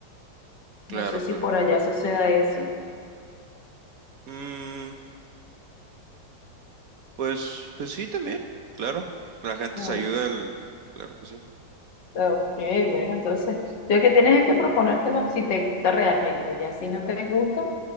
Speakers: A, on the left; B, on the right.
A: No
B: Claro,
A: sé si
B: claro.
A: por allá suceda eso.
B: Mm, pues, pues sí, también, claro. La gente
A: Mm,
B: se ayuda, el- claro que sí.
A: Ok, bueno, entonces lo que tienes es que proponértelo si te gusta realmente, ya si no te gusta,